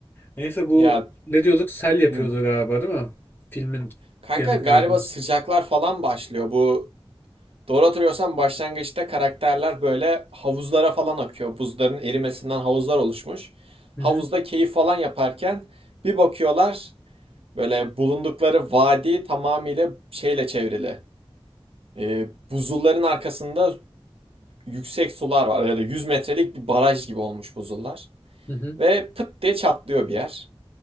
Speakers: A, on the left; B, on the right.
A: Neyse bu
B: Ya
A: ne diyorduk? Sel yapıyordu
B: hı.
A: galiba değil mi? Filmin
B: Kanka
A: yanık
B: galiba
A: kanatını.
B: sıcaklar falan başlıyor. Bu Doğru hatırlıyorsam başlangıçta karakterler böyle havuzlara falan akıyor. Buzların erimesinden havuzlar oluşmuş.
A: Hı
B: Havuzda
A: hı.
B: keyif falan yaparken bir bakıyorlar böyle bulundukları vadi tamamıyla şeyle çevrili. Ee, buzulların arkasında yüksek sular var. Yani 100 metrelik bir baraj gibi olmuş buzullar.
A: Hı hı.
B: Ve pıt diye çatlıyor bir yer.